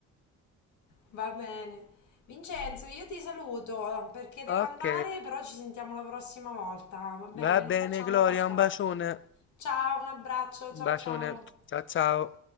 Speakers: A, on the left; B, on the left.
A: Va bene. Vincenzo, io ti saluto perché devo
B: Ok,
A: andare, però ci sentiamo la prossima volta, va bene?
B: va bene,
A: Non facciamo
B: Gloria,
A: passare.
B: un bacione.
A: Ciao, un abbraccio, ciao
B: Un bacione.
A: ciao.
B: Ciao ciao.